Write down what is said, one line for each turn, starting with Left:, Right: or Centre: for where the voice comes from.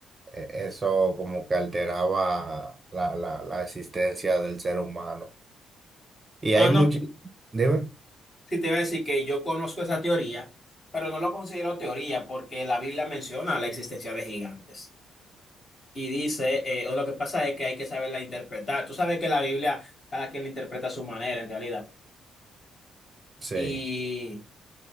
Right: eh, eso como que alteraba la, la, la existencia del ser humano. Y
Left: O
Right: hay
Left: no,
Right: muchos, dime,
Left: si te iba a decir que yo conozco esa teoría, pero no lo considero teoría porque la Biblia menciona la existencia de gigantes. Y dice, eh, o lo que pasa es que hay que saberla interpretar. Tú sabes que la Biblia, cada quien la interpreta a su manera en realidad.
Right: sí,
Left: Y